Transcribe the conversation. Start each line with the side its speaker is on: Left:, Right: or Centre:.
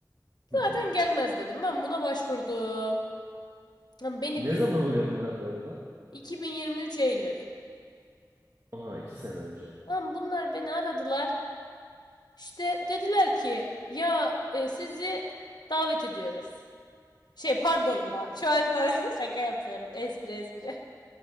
Right: Hı
Left: Zaten
Right: hı.
Left: gelmez dedim. Ben buna başvurdum. Lan Beni
Right: Ne
Left: bir
Right: zaman oluyor bunlar bu arada?
Left: 2023 Eylül.
Right: Aa iki sene önce.
Left: Lan bunlar beni aradılar. İşte dediler ki ya e, sizi davet ediyoruz. Şey pardon ya. Şu an da <laughs> şaka yapıyorum. Espri espri.